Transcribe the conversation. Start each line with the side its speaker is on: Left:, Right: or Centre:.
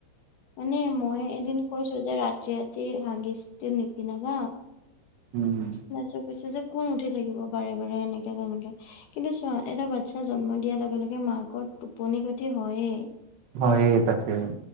Left: মানে মই এদিন কৈছো, যে ৰাতি ৰাতি হাগিছটো নিপিন্ধাবা।
Right: উম
Left: লাজো পাইছেজে। কোন উঠি থাকিব বাৰে বাৰে এনেকে তেনেকে। কিন্তু চোৱা এটা বাচ্ছা জন্ম দিয়াৰ লগে লগে মাকৰ টোপনি ক্ষতি হয়েই।
Right: হয়েই, তাকে।